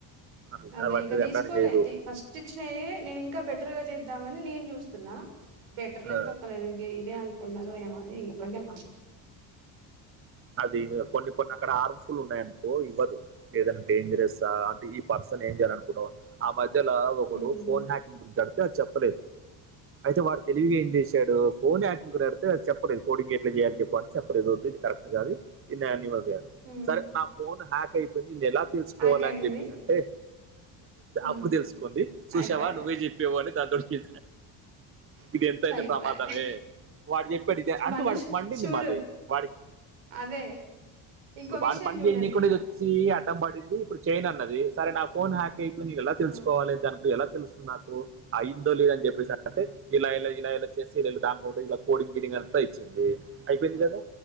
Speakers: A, on the right; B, on the right.
A: అట్లా
B: అదే
A: వాటి
B: ఇక తీసుకోలే
A: అట్లాంటి చేయదు
B: ఫస్ట్ ఇచ్చినయ్య నేను ఇంకా బట్ బెటర్ గా చేద్దామని నేను చూస్తున్నా బెటర్
A: ఆ,
B: లేదు తొక్కలేదు ఇ ఇదే అ కొనదో ఏమో ఆని ఇవ్వలేనాక్
A: అది కొన్ని కొన్ని అక్కడ హార్మ్ఫుల్ ఉన్నాయనుకో ఇవ్వదు ఏదైనా డేంజరస్ అంటే ఈ పర్సన్ అసలు ఏం చేయాలనుకున్నావు ఆ మద్ మలా ఒకడు
B: హ్మ్
A: ఫోన్ హ్యాకింగ్ గురించి ఆడితే అది చెప్పలేదు అయితే వాడు తెలివిగా ఏం చేసాడు ఫోన్ యాటింగ్డితే అది చెప్పలేదు కోడింగ్ ఎట్లా చేయాలని చెప్ప అంటే చెప్పలేదు ఇది కరెక్ట్ కాదు ఇన్ అనిమల్
B: హ్మ్
A: సరే నా ఫోన్ హ్యాక్ అయిపోయింది నేను ఎలా తెలుసుకోవాల
B: ఆకయింది
A: అని చెప్పేసి అంటే
B: ఆ
A: అప్పుడు తెలుసుకోంది సుషావా
B: అయిపాయ్
A: నువ్వే చెప్పేవు అని దానితోటికి ఇది ఎంతైంది
B: సయిపాయ్
A: ప్రమాదమే వాడు చెప్పాడు ఇది అంటే
B: మనుష్
A: వాడికి మండింది
B: చూడు
A: మళ్ళీ వాడికి
B: అదే ఇంకో
A: ఇప్పుడు వాళ
B: విషయం
A: పని
B: చూడండి
A: చేయింది కూడా
B: ఈడ
A: ఇది వచ్చి అడ్డం పడింది ఇప్పుడు చైన్ అన్నాది అది సరే నా ఫోన్ హాక్ అయితుంది కదా ఎలా
B: ఆ
A: తెలుసుకోవాలి దాని ఇప్పుడు ఎలా తెలుస్తు నాకు ఆ ఇందో లేద అని చెప్పేసి అంటే ఇలా ఇలాలా చేసి దాంట్లో ఇలా కోడి గిడి మంత ఇచ్చింది అయిపోయింది కదా